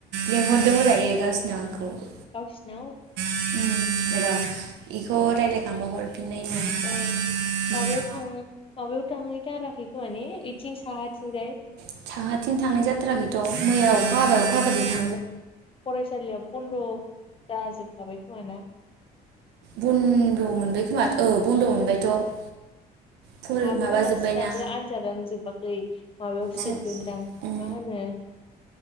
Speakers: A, on the right; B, on the left.
A: <inaudible>
B: गावसिनाव।
A: <inaudible>
B: औ। माबायाव
A: उम
B: थां माबायाव थांहैथाराखै खोमा माने ओइथिं साहाथिंजाय।
A: <inaudible>
B: फरायसालिया बन्द' जाजोबखाबाय खोमाना।
A: बन्द' मोनबाय खोमा औ बन्द' मोनबायथ'। फर
B: आगैमोनासो
A: माबा जोब्बायना
B: दाबो आनजादानो जोबाखै माबायावसो
A: सो
B: जोंगोन दां <inaudible>
A: उम